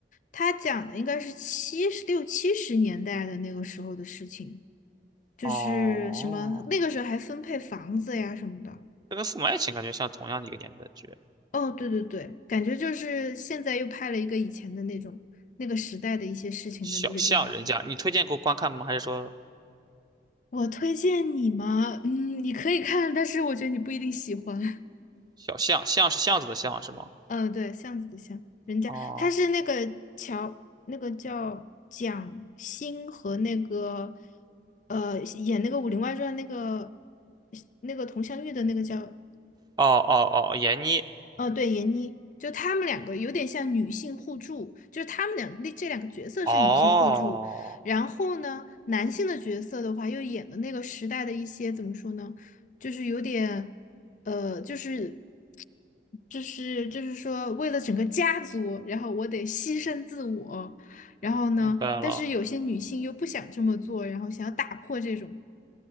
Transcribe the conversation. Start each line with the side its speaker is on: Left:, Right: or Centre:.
Left: 它讲的应该是七十六七十年代的那个时候的事情，就是什么那个时候还分配房子呀什么的。
Right: 哦，这跟《父母爱情》感觉像同样的一个年代剧，
Left: 哦，对对对，感觉就是现在又拍了一个以前的那种那个时代的一些事情的一个电视剧。
Right: 《小巷人家》，你推荐给我观看吗？还是说
Left: 我推荐你吗？嗯，你可以看，但是我觉得你不一定喜欢。<laughs>
Right: 小巷巷是巷子的巷是吗？
Left: 嗯，对，巷子的巷，人家他是那个乔，
Right: 哦，
Left: 那个叫蒋欣和那个呃演那个《武林外传》那个那个佟湘玉的那个叫
Right: 哦哦哦，闫妮。
Left: 哦，对，闫妮，就她们两个有点像女性互助，就是她们两那这两个角色是女性互助。
Right: 哦，
Left: 然后呢，男性的角色的话，又演了那个时代的一些怎么说呢，就是有点，呃，就是就是就是说，为了整个家族，然后我得牺牲自我。然后呢，
Right: 明白了。
Left: 但是有些女性又不想这么做，然后想要打破这种